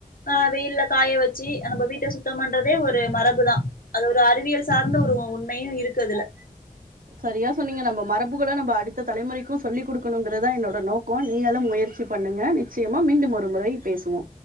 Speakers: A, on the left; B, on the right.
A: அ வெயில்ல காய வச்சி நம்ப வீட்ட சுத்தம் பண்றதே ஒரு மரபுதா அது ஒரு அறிவியல் சார்ந்த உரு உண்மையு இருக் கதுல
B: சரியா சொன்னீங்க நம்ப மரபுகள நம்ப அடுத்த தலைமுறைக்கு சொல்லிக் குடுக்குணுங்குறதா என்னோட நோக்கோ நீங்களு முயற்சி பண்ணுங்க நிச்சியமா மீண்டும் ஒரு முறை பேசுவோ